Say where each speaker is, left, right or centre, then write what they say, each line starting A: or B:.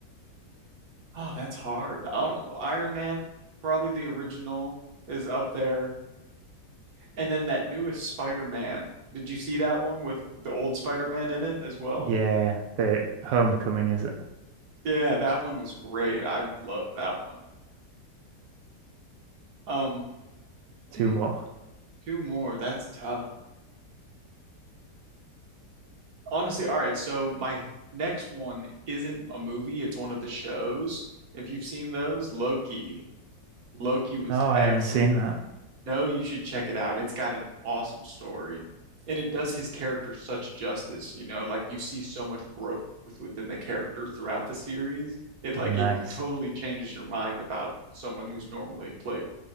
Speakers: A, on the right; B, on the right.
A: Oh, that's hard. I don't know. Iron Man, probably the original, is up there. And then that newest Spider-Man. Did you see that one with the old Spider-Man in it as well?
B: Yeah. The Homecoming, is it?
A: Yeah, that one was great. I loved that one. Um,
B: Two
A: hmm,
B: more.
A: two more. That's tough. Honestly, all right. So my next one isn't a movie, it's one of the shows. If you've seen those, Loki. Loki was
B: No, I
A: excellent.
B: haven't seen that.
A: No, you should check it out. It's got an awesome story. And it does his character such justice, you know, like you see so much growth within the character throughout the series. It
B: Oh,
A: like
B: nice.
A: it totally changes your mind about someone who's normally played